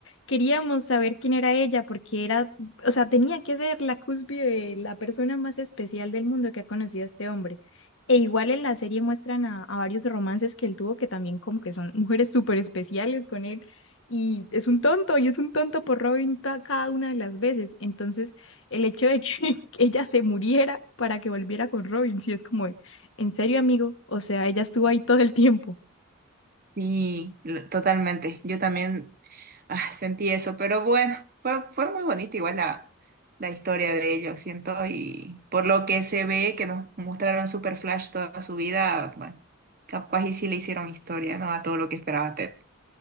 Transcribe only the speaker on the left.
queríamos saber quién era ella, porque era, o sea, tenía que ser la cúspide de la persona más especial del mundo que ha conocido a este hombre. E igual en la serie muestran a, a varios romances que él tuvo, que también como que son mujeres súper especiales con él. Y es un tonto, y es un tonto por Robin ta- cada una de las veces. Entonces, el hecho de que <laughs> ella se muriera para que volviera con Robin, sí es como, en serio, amigo, o sea, ella estuvo ahí todo el tiempo.